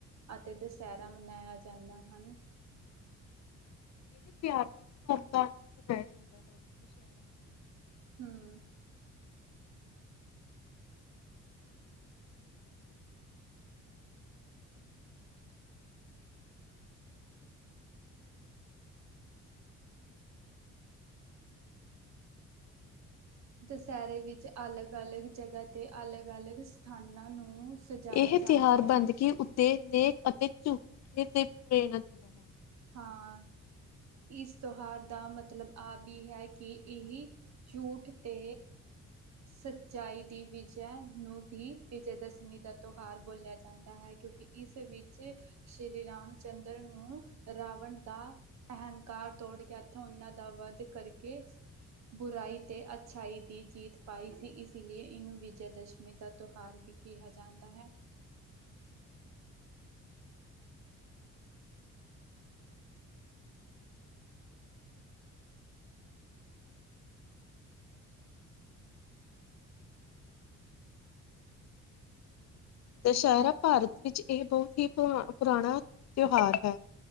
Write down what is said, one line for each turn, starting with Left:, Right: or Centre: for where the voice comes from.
Right: ਅਤੇ ਦੁਸਹਿਰਾ ਮਨਾਇਆ ਜਾਂਦਾ ਹੈ।
Left: ਇਹ ਪਿਆਰ ਬਣੇ ਧੂਮ ਧਾਮ ਨੂੰ ਮਨਾਇਆ ਜਾਂਦਾ ਹੈ ਦੁਸਹਿ <inaudible>
Right: ਹਮ। ਦੁਸਹਿਰੇ ਵਿੱਚ ਅਲੱਗ ਅਲੱਗ ਜਗ੍ਹਾ 'ਤੇ ਅਲੱਗ ਅਲੱਗ ਸਥਾਨਾਂ ਨੂੰ। ਸਜਾਇਆ
Left: ਇਹ
Right: ਜਾਂਦਾ
Left: ਤਿਉਹਾਰ
Right: ਹੈ
Left: <inaudible> ਤੇ ਨੇਕ ਅਤੇ ਝੂਠੇ ਤੇ ਪ੍ਰੇਰਨਾ ਦਿੰਦਾ ਹੈ <inaudible>
Right: ਹਾਂ ਜੀ, ਇਸ ਤਿਉਹਾਰ ਦਾ ਮਤਲਬ ਇਹ ਵੀ ਹੈ ਕਿ ਇਹ ਝੂਠ 'ਤੇ ਸੱਚਾਈ ਦੀ ਜਿੱਤ ਦਾ ਪ੍ਰਤੀਕ ਹੈ। ਇਸ ਨੂੰ ਵਿਜੇ ਦਸ਼ਮੀ ਦਾ ਤਿਉਹਾਰ ਵੀ ਕਿਹਾ ਜਾਂਦਾ ਹੈ, ਕਿਉਂਕਿ ਇਸ ਵਿੱਚ ਸ਼੍ਰੀ ਰਾਮ ਚੰਦਰ ਜੀ ਨੇ ਰਾਵਣ ਉੱਤੇ ਜਿੱਤ ਪ੍ਰਾਪਤ ਕੀਤੀ ਸੀ। ਰਾਵਣ ਦਾ ਅਹੰਕਾਰ ਤੋੜ ਕੇ, ਇੱਥੇ ਉਹਨਾਂ ਦਾ ਵੱਧ ਕਰਕੇ ਬੁਰਾਈ ਤੇ ਅੱਛਾਈ ਦੀ ਜਿੱਤ ਪਾਈ ਸੀ। ਇਸ ਕਰਕੇ ਇਸਨੂੰ ਵਿਜੈ ਦਸ਼ਮੀ ਦਾ ਤਿਉਹਾਰ ਵੀ ਕਿਹਾ ਜਾਂਦਾ ਹੈ।
Left: ਦੁਸਹਿਰਾ ਭਾਰਤ ਵਿੱਚ ਇੱਕ ਬਹੁਤ ਹੀ ਪੁਰਾਣਾ ਤਿਉਹਾਰ ਹੈ।